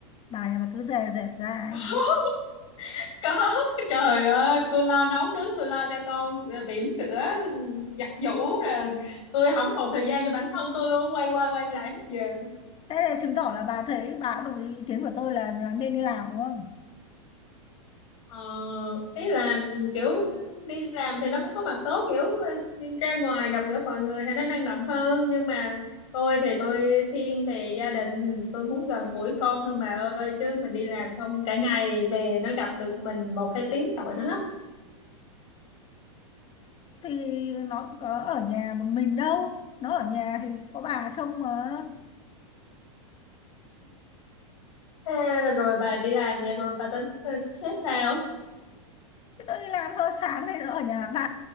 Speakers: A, on the left (about 30°); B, on the left (about 70°).
A: bà nhà bà cứ dè dẹt ra
B: <laughs>
A: ấy đúng không
B: có trời ơi tôi lo nấu nướng tôi lo cho con s- bỉm sữa giặt giũ rồi tôi không còn thời gian cho bản thân tôi luôn quay qua quay lại hết giờ
A: thế là chứng tỏ là bà thấy bà cũng đồng ý ý kiến của tôi là là nên đi làm đúng không
B: Ờ, ý là kiểu đi làm thì nó cũng có mặt tốt kiểu ra ngoài gặp gỡ mọi người thì nó năng động hơn nhưng mà tôi thì tôi thiên về gia đình tôi muốn gần gũi con hơn bà ơi chứ mình đi làm xong cả ngày về nó gặp được mình một hai tiếng tội nó lắm
A: thì nó cũng có ở nhà một mình đâu nó ở nhà thì có bà trông mà
B: Thế <laughs> rồi bà đi làm vậy rồi bà tính ờ, sắp xếp sao
A: thì tôi đi làm thôi sáng thì nó ở nhà bà